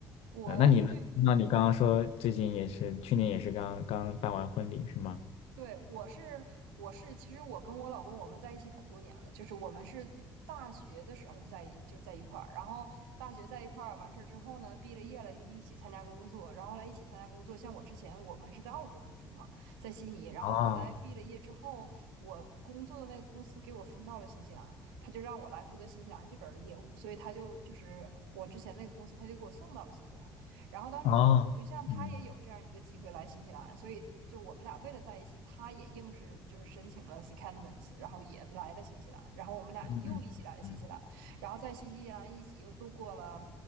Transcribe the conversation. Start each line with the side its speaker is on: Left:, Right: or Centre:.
Right: 我对
Left: 嗯，那你呢？那你刚刚说最近也是，去年也是刚刚办完婚礼是吗？
Right: 对，我是我是，其实我跟我老公我们在一起很多年了，就是我们是大学的时候就在一就在一块儿，然后大学在一块儿完事儿之后呢，毕了业了又一起参加工作，然后后来一起参加工作，像我之前我们是在澳洲读书嘛，在悉尼，然后后来毕了业之后，
Left: 哦
Right: 我工作的那个公司给我分到了新西兰，他就让我来负责新西兰这边儿的业务，所以他就就是我之前那个公司他就给我送到了新西兰。然后当时呢，
Left: 哦，
Right: 我对象他也有这样一个机会来新西兰，
Left: 嗯
Right: 所以就我们俩为了在一起，他也硬是就是申请了 secondments，然后也来了新西兰，然后我们俩就又一起来了新西兰，
Left: 嗯嗯，
Right: 然后在新西兰一起又度过了